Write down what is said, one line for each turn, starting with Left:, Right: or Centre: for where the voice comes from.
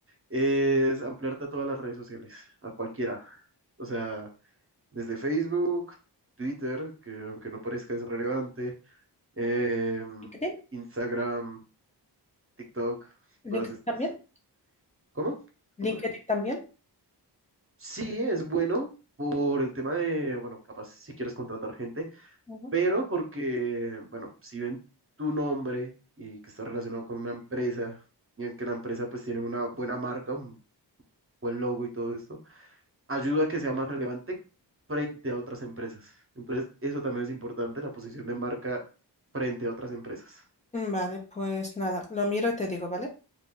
Right: es ampliarte a todas las redes sociales, a cualquiera. O sea, desde Facebook, Twitter, que aunque no parezca es relevante, em,
Left: ¿LinkedIn?
Right: Instagram, TikTok,
Left: ¿LinkedIn
Right: todas estas.
Left: también?
Right: ¿Cómo? Discúlpame.
Left: ¿LinkedIn también?
Right: Sí, es bueno por el tema de, bueno, capaz si quieres contratar gente,
Left: Ujú.
Right: pero porque, bueno, si ven tu nombre y que está relacionado con una empresa y en que la empresa pues tiene una buena marca, un buen logo y todo esto, ayuda a que sea más relevante frente a otras empresas. Entonces, eso también es importante, la posición de marca frente a otras empresas.
Left: Vale, pues nada, lo miro y te digo, ¿vale?